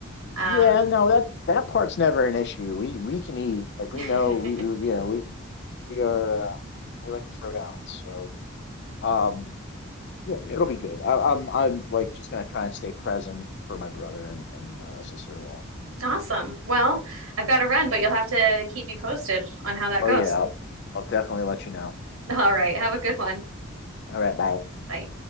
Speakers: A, on the right; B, on the left.
A: Um
B: Yeah, no, that that part's never an issue. We we can eat like
A: <laughs>
B: we know we you know we we are uh, we like to throw down. So um yeah, it'll be good. I, I'm I'm like just gonna try and stay present for my brother and and uh, sister-in-law.
A: Awesome. Well, I've got to run, but you'll have to keep me posted on how that
B: Oh
A: goes.
B: yeah, I'll, I'll definitely let you know.
A: <laughs> All right. Have a good one.
B: All right, bye.
A: Bye.